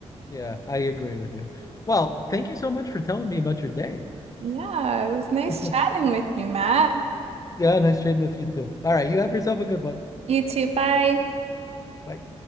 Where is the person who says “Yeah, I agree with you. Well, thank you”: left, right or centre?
Left